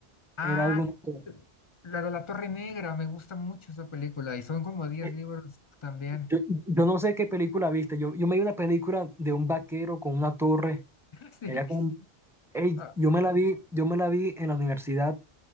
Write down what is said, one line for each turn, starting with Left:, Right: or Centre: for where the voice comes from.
Left: Ah,
Centre: era algo de una torre.
Left: la de la Torre Negra, me gusta mucho esa película y son como 10
Centre: Eh,
Left: libros también.
Centre: Yo, yo no sé qué película viste, yo, yo me vi una película de un vaquero con una torre,
Left: <laughs> Sí,
Centre: era como,
Left: sí.
Centre: un- ey,
Left: Ah,
Centre: yo me la vi, yo me la vi en la universidad,